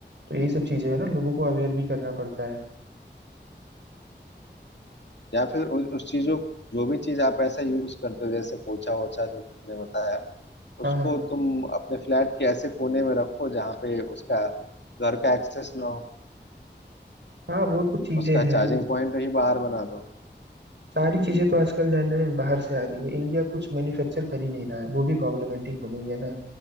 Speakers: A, on the right; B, on the left.
A: तो यही सब चीजें है ना लोगों को अवेयर भी करना पड़ता है
B: या फिर उ, उस चीजों जो भी चीज आप ऐसा यूज करते हो जैसे पोछा ओछा जो तुमने बताया
A: हाँ
B: उसको
A: हाँ
B: तुम अपने फ्लैट के ऐसे कोने में रखो जहाँ पे उसका घर का एक्सेस ना हो
A: हाँ वो तो चीजें
B: उसका
A: हैं
B: चार्जिंग पॉइंट ही बाहर बना दो
A: सारी चीजें तो आजकल जान रहे हैं बाहर से आ रही है इंडिया कुछ मैन्युफैक्चर कर ही नहीं रहा है वो भी प्रॉब्लमेटिक हो गई है ना